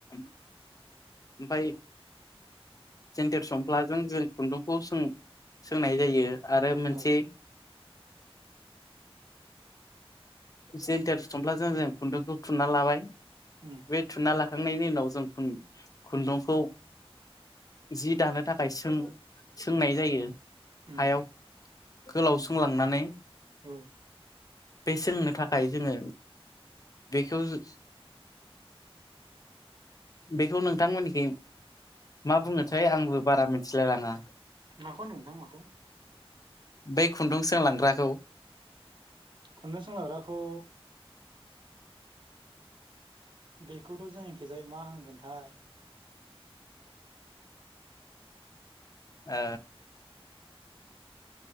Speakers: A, on the left (about 35°); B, on the right (about 50°).
A: ओमफाय जेन्देर समफ्लाजों जों खुन्दुंखौ सों-सोंनाय जायो। आरो मोनसे
B: औ
A: जेन्टेर थुमफ्लाजों जों खुन्दुंखौ थुनना लाबाय
B: उम
A: बे थुनना लाखांनायनि उनाव जों खुन्दुंखौ जि दानो थाखाय सों-सोंनाय जायो।
B: उम
A: हायाव गोलाव
B: उम
A: संलांनानै
B: औ
A: बे सोंनो खाय जोङो बेखौ जो बेखौ नोंथांमोननिखि मा बुंनोसै आंबो बारा मिथिलायलाङा।
B: माखौ नोंथां माखौ?
A: बै खुन्दुं सोंलांग्राखौ।
B: खुन्दुं सोंलाग्राखौ बेखौथ' जोङिखिजाय मा होनगोनथाय?
A: ओ